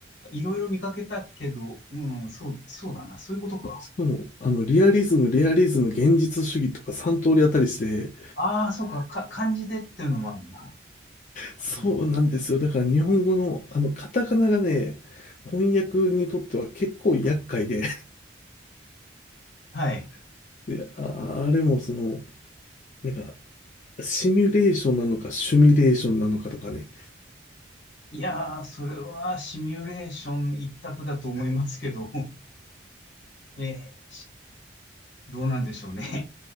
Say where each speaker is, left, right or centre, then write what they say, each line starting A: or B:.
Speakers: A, on the left; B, on the left.
A: いろいろ見かけたけど、うん、そう、そうだな、そういうことか。
B: しかも、あの、リアリズム、レアリズム、現実主義とか3通りあったりして、
A: ああ、そうか、か、漢字でっていうのもあるな。なるほど。
B: そうなんですよ。だから日本語のあのカタカナがね、翻訳にとっては結構厄介で、
A: はい。
B: <laughs> で、あ、あれもその、なんか、シミュレーションなのかシュミレーションなのかとかね、
A: いやー、それはシミュレーション一択だと思いますけど、<laughs> えーしどうなんでしょうね。